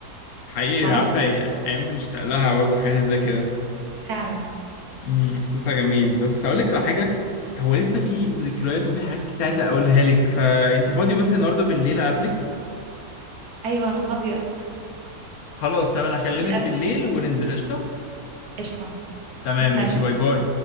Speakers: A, on the left; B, on the right.
A: حقيقي
B: وعملت
A: عارفة ايه ايام بنشتاق لها برضه حاجات زي كده
B: فعلا
A: امم احساسها جميل بس اقول لك على حاجة هو لسه في ذكريات وفي حاجات كتير عايز اقولها لك فانت فاضية مثلا النهارده بالليل اقابلك
B: أيوة أنا فاضية
A: خلاص تمام انا
B: <laughs>
A: هكلمك بالليل وننزل قشطة
B: قشطة
A: تمام
B: مستني
A: ماشي باي باي